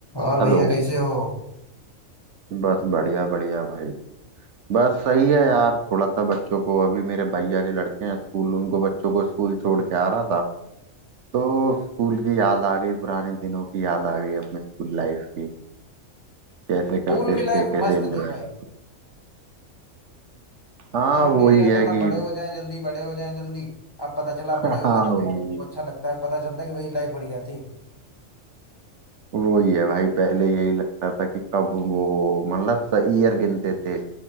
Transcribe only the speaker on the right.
Hello
बस बढ़िया बढ़िया भाई बस सही है यार थोड़ा सा बच्चों को अभी मेरे भैया के लड़के हैं स्कूल उनको बच्चों को स्कूल छोड़ के आ रहा था तो स्कूल की याद आ गई पुराने दिनों की याद आ गई अपने स्कूल लाइफ की कैसे
करते
थे कैसे
एंजॉय
करते हाँ
वही
है
कि
<laughs>
हाँ
भाई
वही है भाई पहले यही लगता था कि कब वो मतलब ईयर गिनते थे